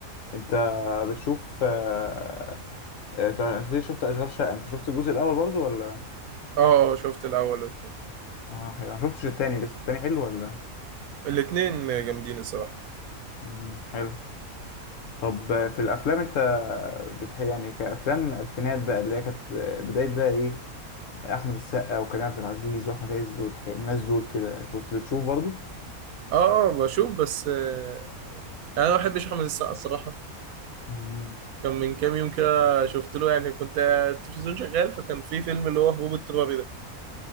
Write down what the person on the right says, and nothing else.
اه شفت الاول والتاني
الاتنين جامدين الصراحه
اه اه بشوف بس آه، يعني انا ما بحبش احمد السقا الصراحه
كان من كام يوم كده شفت له يعني كنت التلفزيون شغال فكان في فيلم اللي هو هبوب اضطراري ده